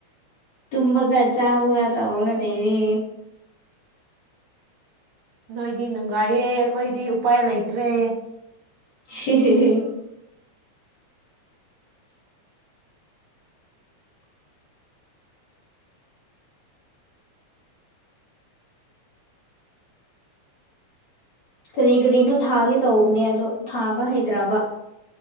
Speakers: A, on the left; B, on the right.
A: ꯇꯨꯝꯕꯒ ꯆꯥꯕꯒ ꯇꯧꯔꯒ ꯂꯩꯔꯦ
B: ꯅꯣꯏꯗꯤ ꯅꯨꯡꯉꯥꯏꯌꯦ ꯑꯩꯈꯣꯏꯗꯤ ꯎꯄꯥꯏ ꯂꯩꯇ꯭ꯔꯦ
A: ꯍꯦ ꯍꯦ ꯍꯦ ꯀꯔꯤ ꯀꯔꯤꯅꯣ ꯊꯥꯒꯦ ꯇꯧꯕꯅꯦ ꯑꯗꯣ ꯊꯥꯕ ꯍꯩꯇ꯭ꯔꯕ